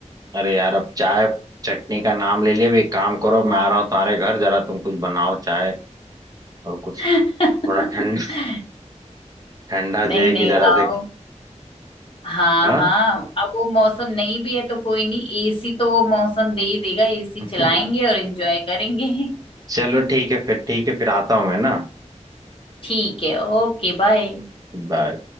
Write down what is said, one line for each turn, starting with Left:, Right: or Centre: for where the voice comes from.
Right: अरे यार अब चाय चटनी का नाम ले लिया अब एक काम करो मैं आ रहा हूँ तुम्हारे घर जरा तुम कुछ बनाओ चाय और कुछ
Left: <laughs> नहीं
Right: थोड़ा ठंड ठंडा
Left: नहीं
Right: जो है कि जरा से
Left: आओ हाँ
Right: हाँ
Left: हाँ अब वो मौसम नहीं भी है तो कोई नहीं एसी तो वो मौसम दे ही देगा एसी
Right: <laughs>
Left: चलाएंगे और एंजॉय करेंगे <laughs>
Right: चलो ठीक है फिर ठीक है फिर आता हूँ मैं ना
Left: ठीक है ओके बाय
Right: बाय